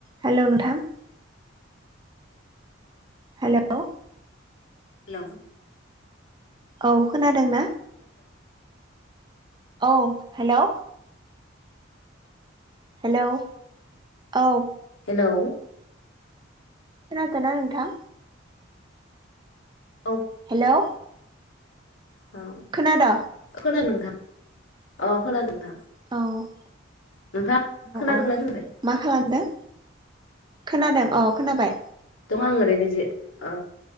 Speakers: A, on the right; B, on the left.
A: Hello नोंथां hello
B: hello
A: औ खोनादों ना? औ हेलौ हेलौ औ
B: हेलौ
A: खोन थ न नथां
B: औ
A: हेलौ
B: औ
A: खोनाद'
B: खोनादों नोंथां औ खोनादों नोंथां।
A: औ औ
B: नोंथाङ खोनादोंना
A: औ
B: खोनाया?
A: मा खालामदों खोनादों औ खोनाबाय।
B: दं आं ओरैनो जि औ